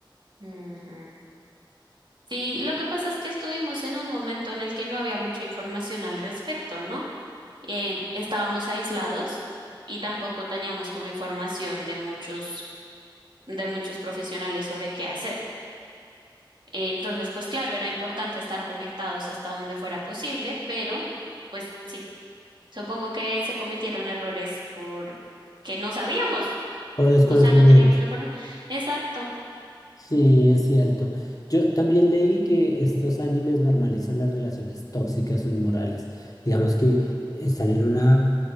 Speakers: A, on the right (about 65°); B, on the left (about 45°).
A: Ujú. Sí, lo que pasa es que estuvimos en un momento en el que no había mucha información al respecto, ¿no? eh, estábamos aislados y tampoco teníamos como información de muchos, de muchos profesionales sobre qué hacer. Eh, Entonces, pues claro, era importante estar conectados hasta donde fuera posible, pero pues sí, supongo que se cometieron errores por que no sabíamos,
B: por desconocimiento.
A: o sea, no teníamos la información. Exacto.
B: Sí, es cierto. Yo también leí que estos animes normalizan las relaciones tóxicas o inmorales. Digamos que están en una